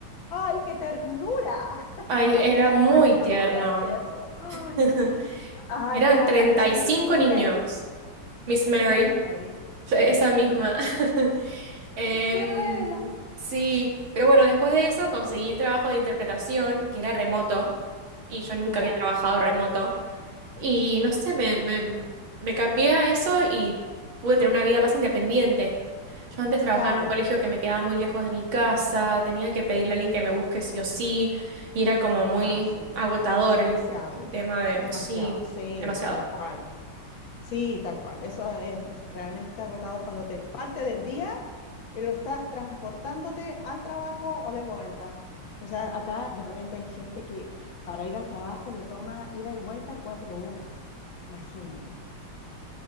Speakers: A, on the left; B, on the right.
A: ¡Ay, qué ternura! <laughs>
B: Ay, era
A: Ya
B: muy
A: me imagino
B: tierno.
A: cómo debe haber sido eso.
B: <laughs>
A: ¡Ay, sí! ¡Ay,
B: Eran
A: tú eras
B: treinta
A: la, la Miss,
B: y cinco
A: Miss
B: niños,
A: Mary!
B: Miss Mary.
A: Era la Miss Mary.
B: Esa misma. <laughs> Em,
A: Qué buena.
B: sí, pero bueno, después de eso conseguí trabajo de interpretación, que era remoto, y yo nunca
A: Ya,
B: había trabajado remoto. Y no sé, me, me, me cambié a eso y pude tener una vida más independiente. Yo antes trabajaba
A: claro.
B: en un colegio que me quedaba muy lejos de mi casa, tenía que pedirle a alguien que me busque sí o sí, y era como muy
A: Ah, sí.
B: agotador
A: Demasiado,
B: el, el tema de,
A: demasiado.
B: sí,
A: Sí,
B: demasiado.
A: tal cual. Sí, tal cual. Eso es, es realmente agotador cuando te parte del día y lo estás transportándote al trabajo o de vuelta. O sea, acá de repente hay gente que para ir al trabajo le toma ida y vuelta cuatro horas. Imagínate.